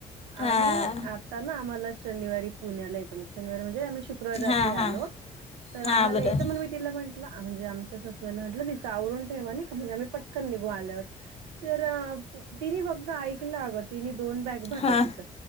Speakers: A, on the left; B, on the right.
A: हां
B: आणि आ ताना आम्हाला शनिवारी पुण्याला यायचं म्हणजे शनिवारी म्हणजे आम्ही शुकवारी रात्री
A: हां हां
B: आलो तर आम्हाला
A: हां बरोबर
B: येतं मण मी तिला म्हटलं म्हणजे आमच्या सासुबाईना म्हटलं तिच आवरून ठेवानी म्हणजे पटकन निघू आल्यावर तर तिनी फक्त ऐक ल अग तिनी दोन बॅग भरलं
A: हां
B: तिच्या